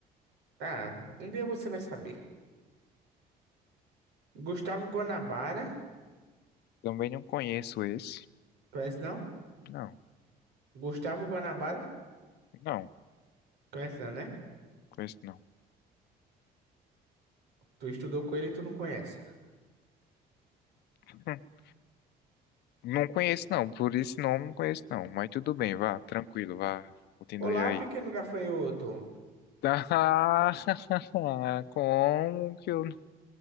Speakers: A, on the right; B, on the left.
A: Ah, um dia você vai saber. Gustavo Guanabara,
B: Também não conheço esse.
A: conhece não?
B: Não,
A: Gustavo Guanabara,
B: não,
A: conhece não, né?
B: conheço não.
A: Tu estudou com ele e tu não conhece.
B: <laughs> Não conheço, não. Por esse nome, não conheço, não. Mas tudo bem, vá, tranquilo, vá. Continue
A: Olá,
B: aí.
A: pequeno gafanhoto.
B: Ah, <laughs> como que eu, não-